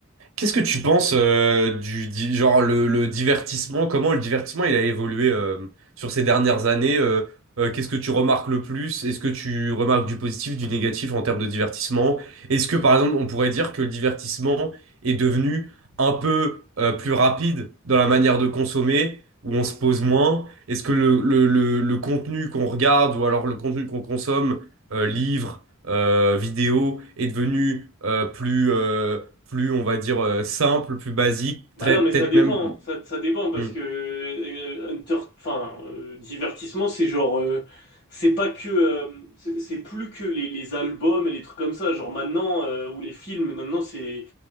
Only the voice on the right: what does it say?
Qu'est-ce que tu penses euh, du, di- genre le, le divertissement, comment le divertissement il a évolué euh, sur ces dernières années euh, euh, qu'est-ce que tu remarques le plus? Est-ce que tu remarques du positif, du négatif en termes de divertissement? Est-ce que par exemple on pourrait dire que le divertissement est devenu un peu euh, plus rapide dans la manière de consommer, où on se pose moins? Est-ce que le, le- le- le contenu qu'on regarde ou alors le contenu qu'on consomme, euh, livre euh, vidéo est devenu euh, plus, euh, plus, on va dire, euh, simple, plus basique,
très,
peut-être
même.
Hmm,